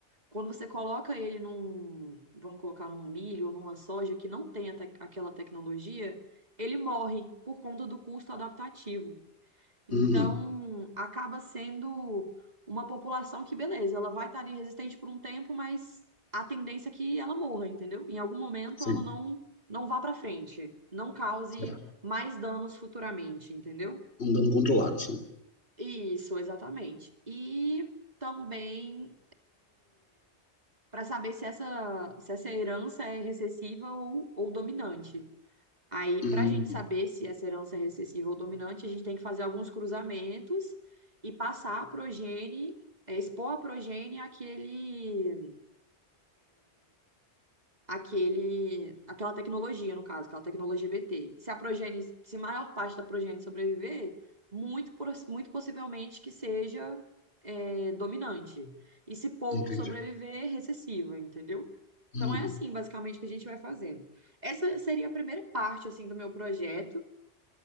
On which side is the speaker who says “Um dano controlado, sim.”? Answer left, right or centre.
Left